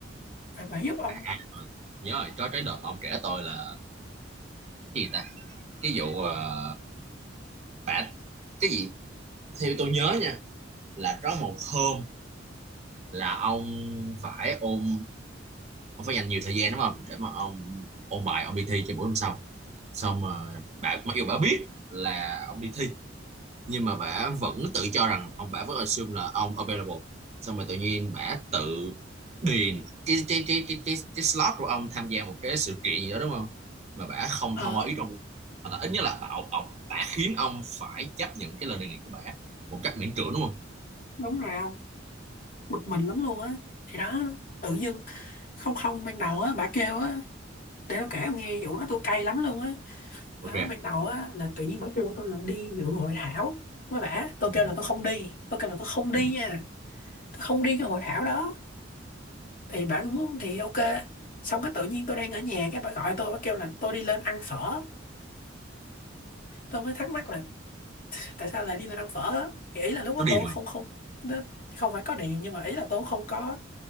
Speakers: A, on the left; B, on the right.
A: phải bạn giúp ông
B: à, rồi. nhớ rồi có cái đợt ông kể tôi là cái gì ta cái vụ ờ, bả cái gì theo tôi nhớ nha là có một hôm là ông phải ôn ông phải dành nhiều thời gian đúng không để mà ông ôn bài ông đi thi cho buổi hôm sau xong mà bà mặc dù bà biết là ông đi thi nhưng mà bả vẫn tự cho rằng ông bả vẫn assume là ông available xong rồi tự nhiên bả tự điền cái cái cái cái cái, cái slot của ông tham gia một cái sự kiện gì đó đúng không mà bả không
A: ờ
B: thông qua ý trong mà là ít nhất là bảo ông bả khiến ông phải chấp nhận cái lời đề nghị của bả một cách miễn cưỡng đúng không
A: đúng rồi ông bực mình lắm luôn á thì đó tự dưng không không ban đầu á bà kêu á để tôi kể ông nghe vụ đó tôi cay lắm luôn á
B: ok
A: đó, ban đầu á là tự nhiên bà kêu tôi là đi dự hội thảo với bả tôi
B: ừ.
A: kêu là tôi không đi tôi kêu là tôi không đi
B: Ừ.
A: nha tôi không đi cái hội thảo đó thì bà cũng muốn thì ok xong cái tự nhiên tôi đang ở nhà cái bà gọi tôi bà kêu là tôi đi lên ăn phở tôi mới thắc mắc là tại sao lại đi lên ăn phở á? thì ý là lúc đó
B: nó điềm
A: tôi
B: rồi
A: không không nó không phải có điểm nhưng mà ý là tôi không có